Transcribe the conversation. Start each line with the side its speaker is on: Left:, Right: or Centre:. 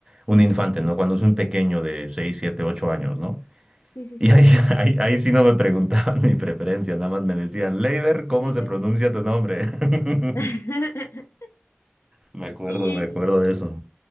Right: un
Left: Niña.
Right: infante, ¿no? Cuando es un pequeño de 6 7 8 años, ¿no?
Left: Sí, sí, sí.
Right: Y ahí, <laughs> ahí, ahí sí no me preguntaban <laughs> mi preferencia, nada más me decían, Leiber, ¿cómo
Left: Muy bien.
Right: se pronuncia tu nombre? <laughs>
Left: <laughs>
Right: Me acuerdo,
Left: Y,
Right: me acuerdo de eso.